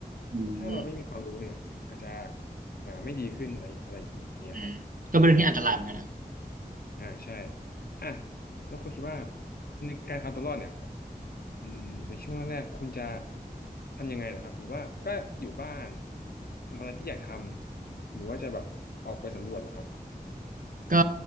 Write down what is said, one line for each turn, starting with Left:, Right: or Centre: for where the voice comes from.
Right: อืม
Left: แล้วถ้าเราไม่มีความรู้เนี่ยอาจจะอ่าไม่ดีขึ้นอะไรอะไรอย่างเงี้ยครับอืมผมคิดว่าอย่างนี้
Right: อืมก็เป็นเรื่องที่อันตรายเหมือนกันนะครับ
Left: อ่าใช่อ่ะแล้วคุณคิดว่าในการเอาตัวรอดเนี่ยอืมในช่วงแรกๆคุณจะทำยังไงเหรอครับหรือว่าก็อยู่บ้านทำอะไรที่อยากทำหรือว่าจะแบบออกไปสำรวจเหรอครับ
Right: ก็